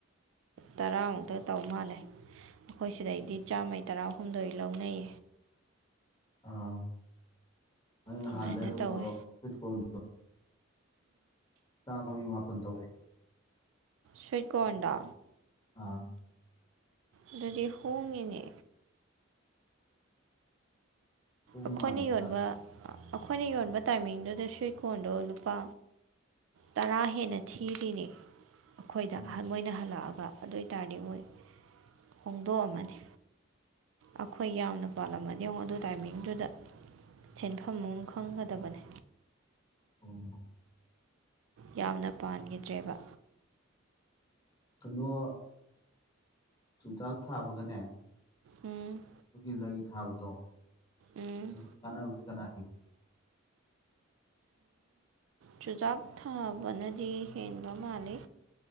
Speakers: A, on the right; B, on the left.
A: ꯇꯔꯥꯃꯨꯛꯇ ꯇꯧ ꯃꯥꯜꯂꯦ ꯑꯈꯣꯏ ꯁꯤꯗꯩꯗꯤ ꯆꯥꯝꯃꯩ ꯇꯔꯥꯍꯨꯝꯗꯣꯏ ꯂꯧꯅꯩ
B: ꯑꯥ ꯑꯩ ꯅꯍꯥꯟ
A: ꯁꯨꯃꯥꯏꯅ
B: ꯂꯩꯔꯨꯕꯗꯣ
A: ꯇꯧꯋꯦ
B: ꯁ꯭ꯋꯤꯠ ꯀꯣꯟ ꯆꯥꯝꯃꯒꯤ ꯃꯥꯄꯟ ꯇꯧꯔꯛꯑꯦ
A: ꯁ꯭ꯋꯤꯠ ꯀꯣꯟꯗꯣ
B: ꯑꯥ
A: ꯑꯗꯨꯗꯤ ꯍꯣꯡꯉꯤꯅꯦ
B: ꯍꯣꯡ
A: ꯑꯈꯣꯏꯅ
B: ꯃꯥꯜꯂꯦ
A: ꯌꯣꯟꯕ
B: ꯈꯔ
A: ꯑꯩꯈꯣꯏꯅ ꯌꯣꯟꯕ ꯇꯥꯏꯃꯤꯡꯗꯨꯗ ꯁ꯭ꯋꯤꯟ ꯀꯣꯟꯗꯣ ꯂꯨꯄꯥ ꯇꯔꯥ ꯍꯦꯟꯅ ꯊꯤꯔꯤꯅꯤ ꯑꯈꯣꯏꯗ
B: ꯑꯥ
A: ꯃꯣꯏꯅ ꯍꯜꯂꯛꯑꯒ ꯑꯗꯨ ꯑꯣꯏ ꯇꯔꯗꯤ ꯃꯣꯏ ꯍꯣꯡꯗꯣꯛꯑꯝꯃꯅꯤ ꯑꯈꯣꯏ ꯌꯥꯝꯅ ꯄꯥꯜꯂꯝꯃꯗꯤ ꯌꯦꯉꯣ ꯑꯗꯨ ꯇꯥꯏꯃꯤꯡꯗꯨꯗ ꯁꯦꯟꯐꯝ ꯑꯃ ꯈꯪꯒꯗꯕꯅꯤ
B: ꯑꯣ
A: ꯌꯥꯝꯅ ꯄꯥꯟꯒꯤꯗ꯭ꯔꯦꯕ
B: ꯀꯩꯅꯣ ꯆꯨꯖꯥꯛ ꯊꯥꯕꯒꯅꯦ
A: ꯎꯝ
B: ꯑꯗꯨꯒꯤ ꯂꯩ ꯊꯥꯕꯗꯣ
A: ꯎꯝ
B: ꯑꯗꯨ ꯀꯥꯟꯅꯕꯗꯤ ꯀꯅꯥ ꯍꯦꯟꯒꯦ
A: ꯆꯨꯖꯥꯛ ꯊꯥꯕꯅꯗꯤ ꯍꯦꯟꯕ ꯃꯥꯜꯂꯤ